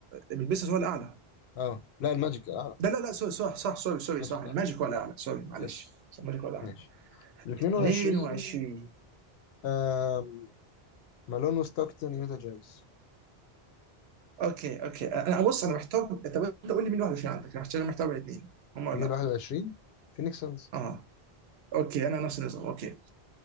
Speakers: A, on the right; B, on the left.
A: البيسرز هو الاعلى
B: اه لا الماجيك اعلى
A: لا لا لا سوري صح صح سوري سوري
B: الماجيك
A: صح
B: الاعلى
A: الماجيك هو الاعلى سوري معلش
B: يس
A: صح، الماجيك هو الاعلى
B: ماشي ال 22
A: 22
B: آم، مالون وستاكتون يوتا جاز
A: اوكي اوكي انا بص انا محتار طب انت قول لي مين 21 عندك عشان انا محتار محتار بين الاثنين هم ولا
B: مين
A: لا
B: ال 21 فينيكس سانز
A: اه اوكي انا نفس النظام اوكي